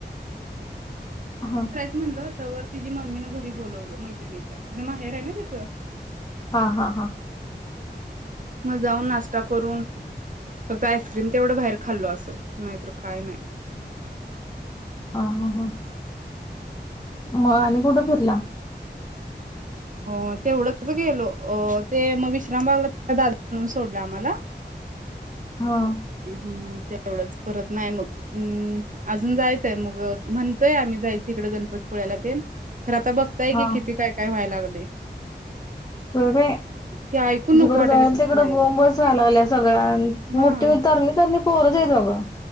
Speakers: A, on the left; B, on the right.
A: हा
B: म्हणलं तर व तिी मम्मीनं घरी बोलावलं मैत्रिणीच्या तिचं माहेर आहे ना तिथं.
A: हा हा हा.
B: मज जाऊन नाश्ता करून फक्त आईस्क्रीम तेवढं बाहेर खाल्लो असेल नाहीतर काय नाही.
A: ह हां हां. हो अनकूठ फरला
B: अ तेवढंच गेलो अ ते मग विश्रामबागला दादा म्हणून सोडला आम्हाला
A: हा.
B: हम्म तेवढंच परत नाही मग हम्म अजून जायच. मग म्हणतोय आम्ही जायच इडें गणपतीपुळ्याला ते खर आता बघताय
A: हा
B: की किती काय? काय व्हाया लागल हे.
A: बोलवे.
B: ते ऐकून नको
A: जिकड
B: वाटायला
A: जाय
B: तिथे
A: तिकडं
B: जायला
A: बोंबच व्हया लागलिया सगळ्या
B: हा
A: मोठी तरणी तरणी पोर जायतघ